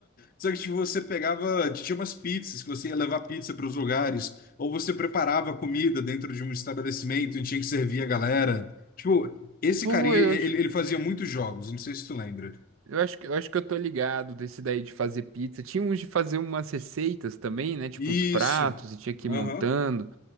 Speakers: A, on the left (about 45°); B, on the right (about 75°).
A: Só que tipo, você pegava, tinha umas pizzas que você ia levar pizza para os lugares, ou você preparava comida dentro de um estabelecimento e tinha que servir a galera. Tipo, esse
B: Pô,
A: carinha,
B: eu
A: ele,
B: acho,
A: ele fazia muitos jogos, não sei se tu lembra.
B: eu acho, que- eu acho que eu tô ligado desse daí de fazer pizza. Tinha uns de fazer umas receitas também, né? Tipo
A: Isso.
B: uns pratos e tinha que
A: Aham.
B: ir montando.